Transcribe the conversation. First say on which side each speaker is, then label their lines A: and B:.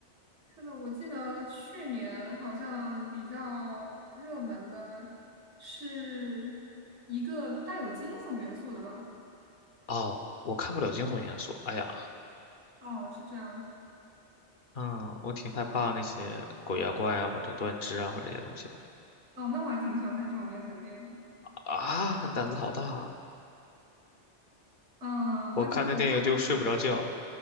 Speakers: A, on the right (about 75°); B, on the left (about 50°).
A: 是的，我记得去年好像比较热门的是一个带有惊悚元素的吧？
B: 哦，我看不了惊悚元素。哎呀，
A: 哦，是这样。
B: 嗯，我挺害怕那些鬼啊怪啊，或者断肢啊，或者这些东西的
A: 哦，那我还挺喜欢看这种类型的电影的。
B: 啊，胆子好大啊。
A: 嗯，
B: 我看那电影就睡不着觉
A: 我还挺喜欢看温子仁，